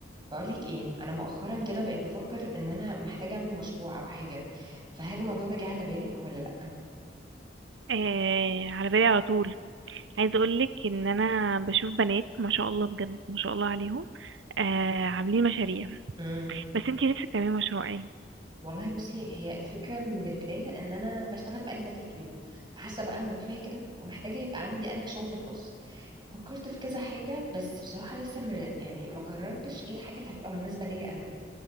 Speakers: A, on the right; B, on the right.
A: بقولك ايه انا مؤخرا كده بقيت بفكر ان انا محتاجه اعمل مشروع او حاجه فهل الموضوع ده جه على بالك ولا لا
B: آه على بالي على طول عايزه اقول لك ان انا بشوف بنات ما شاء الله بجد ما شاء الله عليهم آه عاملين مشاريع
A: امم
B: بس انتي نفسك تعملي مشروع ايه
A: والله بصي هي الفكره من البدايه ان انا بشتغل بقالي فتره طويله فحاسه بقى انه كفايه كده ومحتاجه يبقى عندي انا شغلي الخاص فكرت في كذا حاجه بس بصراحه لسه مر... يعني ما قررتش ايه الحاجه اللي هتبقى مناسبه ليا انا بقى